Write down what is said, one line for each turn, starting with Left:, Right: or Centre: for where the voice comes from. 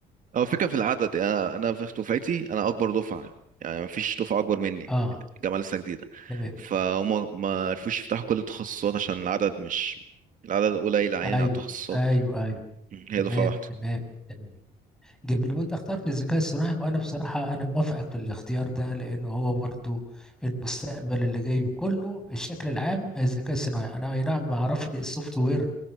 Right: هو الفكره في العدد يعني انا انا في دفعتي انا اكبر دفعه يعني مفيش دفعه اكبر مني
Centre: اه
Right: الجامعه لسه جديده
Centre: تمام
Right: فهم ما عرفوش يفتحوا كل التخصصات عشان العدد مش العدد قليل عيني
Centre: ايوه
Right: على التخصصات
Centre: ايوه ايوه
Right: مم. هي
Centre: تمام
Right: دفعه واحده
Centre: تمام تمام جميل وانت اخترت الذكاء الصناعي وانا بصراحة انا موافقك في الاختيار ده لانه هو برضو المستقبل اللي جاي كله الشكل العام الذكاء الصناعي انا اي نعم ما اعرفش السوفت وير